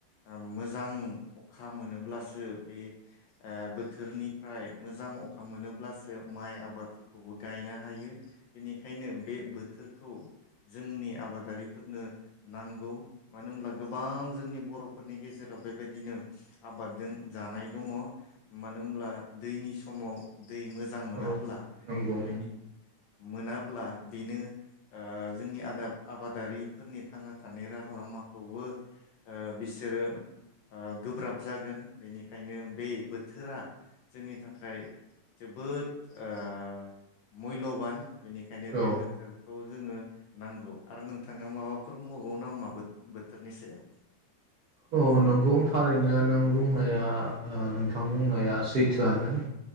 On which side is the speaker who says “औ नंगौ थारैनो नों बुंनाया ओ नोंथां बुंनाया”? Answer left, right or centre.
Right